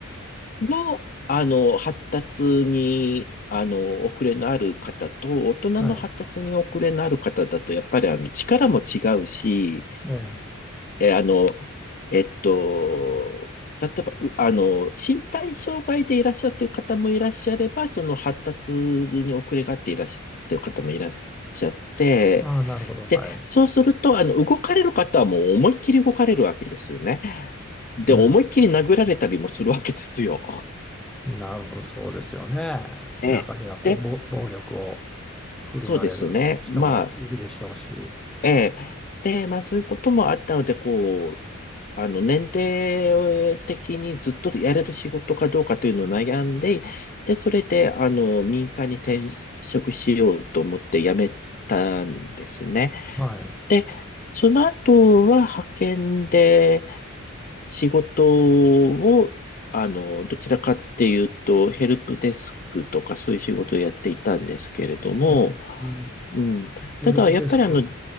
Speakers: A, on the left; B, in the centre.
A: の、あの、発達に、あの、遅れのある方と、大人の発達に遅れのある方だと、
B: はい。
A: やっぱりあの、力も違うし、
B: ええ。
A: え、あの、えっと、例えば、うあの、身体障害でいらっしゃってる方もいらっしゃれば、その発達に遅れがあっていらっしゃってる方もいらっしゃって、
B: ああ、なるほど。はい。
A: で、そうすると、あの、動かれる方はもう思いっきり動かれるわけですよね。で、
B: うん。
A: 思いっきり殴られたりもするわけですよ。
B: なるほど。そうですよね。中には、
A: ええ。
B: こう、
A: で、
B: ぼ暴力を振るわれるひ人もいるでしょうし。
A: そうですね。まあ、ええ。で、まあそういうこともあったので、こう、あの、年齢的にずっとやれる仕事かどうかというのを悩んで、で、それで、あの、民間に転職しようと思って辞めたんですね。
B: はい。
A: で、その後は派遣で、仕事を、あの、どちらかっていうと、ヘルプデスクとかそういう仕事をやっていたんですけれども、
B: おうん
A: うん。
B: ヘルプデスク。
A: ただ、やっぱりあの、